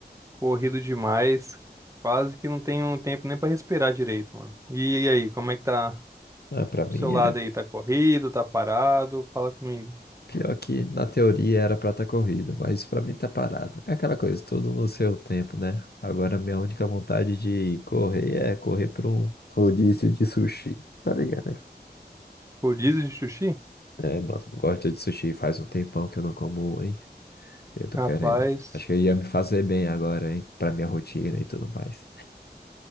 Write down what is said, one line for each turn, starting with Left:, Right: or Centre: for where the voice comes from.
Right: corrido demais. Quase que não tenho tempo nem pra respirar direito, mano. E, aí, como é que tá
Left: Ah, para mim
Right: pro seu lado
Left: é
Right: aí? Tá corrido, tá parado? Fala comigo.
Left: pior que na teoria era pra estar corrido, mas pra mim tá parado. É aquela coisa, tudo no seu tempo, né? Agora minha única vontade de correr é correr para um rodízio de sushi, tá ligado, né?
Right: Rodízio de sushi?
Left: É, mano, gosto de sushi, faz um tempão que eu não como, um, hein? Eu tô
Right: Rapaz,
Left: querendo. Acho que ia me fazer bem agora, hein? Pra minha rotina e tudo mais.